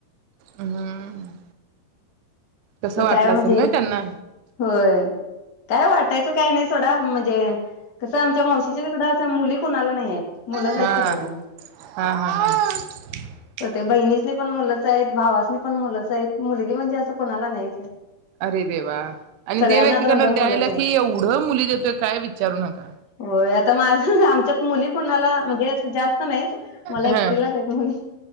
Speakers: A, on the right (about 85°); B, on the left (about 30°).
A: हम्म कसं
B: तताय
A: वाटलं
B: म्हणजे?
A: असेल ना त्यांना
B: होय. काय वाटायचं काही नाही सोडा म्हणजे, कसं आमच्या मावशीच्या तिकड आता मुली कुणाला नाही आहेत.
A: <unintelligible>
B: मुलंच आहेत सगळ्यांना ते बहिणीसनी पण मुलंच आहेत, भावासनी पण मुलंच आहेत, मुलगी म्हणजे, असं कोणाला ना आहे
A: अरे देवा, आणि
B: सगळ्यांना
A: देव एकेकांना
B: दोन दोन
A: द्यायला
B: मुलंच आहे.
A: की, एवढं मुली देतोय काय विचारू नका.
B: होय आता माझ, आमच्यात मुली कुणाला म्हणजे असं जास्त नाहीत मला
A: हा
B: एकटीलाच आहेत मुली